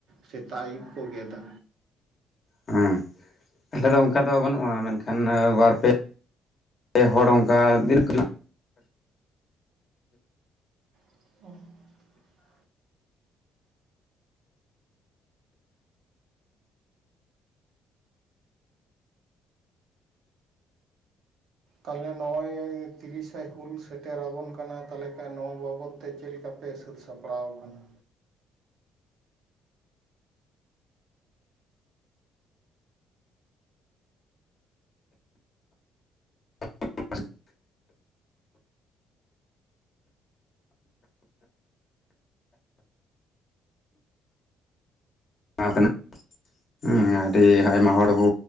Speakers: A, on the right; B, on the left.
A: ᱥᱮᱛᱟᱜ-ᱟᱹᱭᱩᱵ ᱠᱚ ᱜᱮᱫᱟ᱾
B: ᱦᱩᱸ᱾ ᱱᱮᱛᱟᱨ ᱫᱚ ᱚᱱᱠᱟ ᱫᱚ ᱵᱟᱹᱱᱩᱜᱼᱟ ᱢᱮᱱᱠᱷᱟᱱ ᱵᱟᱨ ᱯᱮ ᱯᱮ ᱦᱚᱲ ᱚᱱᱠᱟ <unintelligible> ᱠᱷᱚᱱᱟᱜ
A: ᱩᱸᱦ <inaudible> ᱛᱟᱦᱚᱞᱮ ᱱᱚᱜ-ᱚᱭ ᱛᱤᱨᱤᱥᱮ ᱦᱩᱞ ᱥᱮᱴᱮᱨᱟᱵᱚᱱ ᱠᱟᱱᱟ ᱛᱟᱦᱞᱮ ᱠᱷᱟᱱ ᱱᱚᱣᱟ ᱵᱟᱵᱚᱫ ᱛᱮ ᱪᱮᱫᱮᱠᱟ ᱯᱮ ᱥᱟᱹᱛ ᱥᱟᱯᱲᱟᱣ ᱟᱠᱟᱱᱟ᱾
B: <inaudible> <inaudible> ᱱᱚᱶᱟ ᱚᱠᱟ ᱨᱮᱱᱟᱜ? ᱦᱩᱸ ᱟᱹᱰᱤ ᱟᱭᱢᱟ ᱦᱚᱲ ᱵᱚ